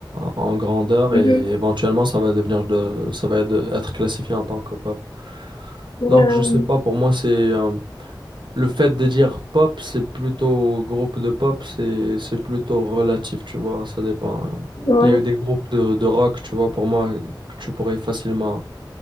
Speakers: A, on the right; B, on the left.
A: en grandeur
B: Mhm.
A: et éventuellement ça va devenir de, ça va être, être classifié en tant que pop.
B: Ouais,
A: Donc
B: ouais,
A: je sais pas, pour moi c'est euh, le fait de dire pop, c'est plutôt groupe de pop, c'est c'est plutôt relatif, tu vois, ça dépend.
B: ouais.
A: Il y a eu des groupes de, de rock, tu vois, pour moi que tu pourrais facilement